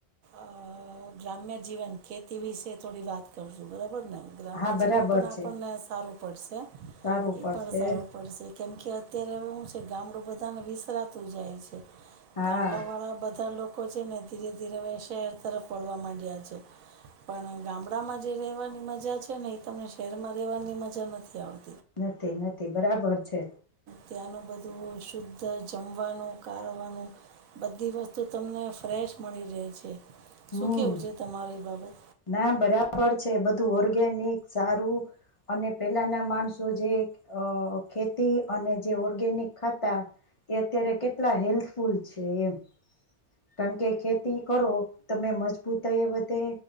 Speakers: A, on the right; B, on the left.
A: અહ ગ્રામ્ય જીવન ખેતી વિશે થોડી વાત કરશું, બરબર ને. ગ્રામ્ય
B: હા બરાબર
A: જીવન પણ આપણને
B: છે
A: સારું પડશે.
B: સારું પડશે
A: એ પણ સારું પડશે કેમ કે અત્યારે હવે હું છે ગામડું બધાને વિસરાતું જાય છે.
B: હા
A: ગામડા વાળા બધા લોક લોકો છે ને ધીરે ધીરે હવે શહેર તરફ વળવા માંડ્યા છે. પણ ગામડામાં જે રહેવાની મજા છે ને એ તમને શહેરમાં રહેવાની મજા નથી આવે.
B: નથી-નથી બરાબર છે.
A: ત્યાંનું બધું શુદ્ધ જમવાનું કારવાનું બધી વસ્તુ તમને ફ્રેશ મળી રહે છે.
B: હમ
A: શું કેવું છે તમારી એ બાબત?
B: ના બરાબર છે. બધું ઓર્ગેનિક સારું અને પેલાના માણસો જે અહ ખેતી અને જે ઓર્ગેનિક ખાતા એ અત્યારે કેટલા હેલ્થફુલ છે એમ. કારણ કે ખેતી કરો તમે મજબૂતાઈ એ વધે